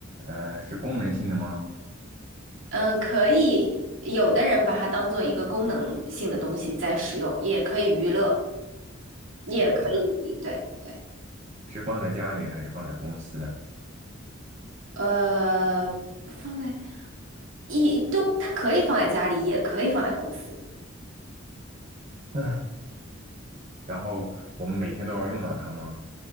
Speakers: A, on the right; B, on the right.
A: 呃，是功能性的吗？
B: 嗯，可以，有的人把它当做一个功能性的东西在使用，也可以娱乐，也可以，
A: 太别了，
B: 对对，
A: 是放在家里的还是放在公司的？
B: 呃，放在一都，它可以放在家里，也可以放在公司。
A: <sniffs> 然后我们每天都要用到它吗？